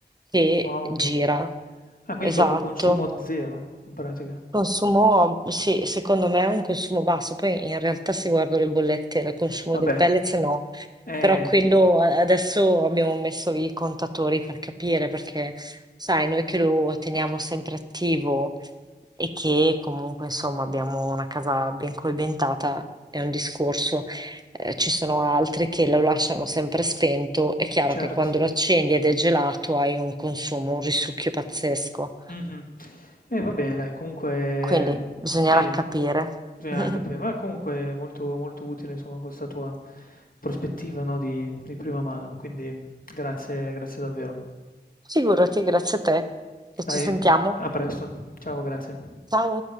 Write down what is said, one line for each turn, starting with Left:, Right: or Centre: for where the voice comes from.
Right: che
Left: Wow.
Right: gira.
Left: Ah, quindi
Right: Esatto.
Left: proprio consumo 0 in pratica.
Right: Consumo, sì, secondo me è un consumo basso. Poi in realtà se guardo le bollette del consumo
Left: Vabbè,
Right: dei pellets no,
Left: eh,
Right: però quello adesso abbiamo messo i contatori per capire, perché sai, noi che lo teniamo sempre attivo e che comunque insomma abbiamo una casa ben coibentata è un discorso. Eh, ci sono altri che lo lasciano sempre spento. È chiaro
Left: certo.
Right: che quando lo accendi ed è gelato hai un consumo, un risucchio pazzesco.
Left: Mh-mh. Eh, va bene dai, comunque
Right: Quindi bisognerà
Left: sì,
Right: capire.
Left: bisognerà
Right: <laughs>
Left: capire. Ma comunque molto molto utile insomma questa tua prospettiva, no, di di prima mano, quindi grazie grazie davvero.
Right: Figurati, grazie a te e
Left: Dai,
Right: ci sentiamo.
Left: a presto. Ciao, grazie.
Right: Ciao.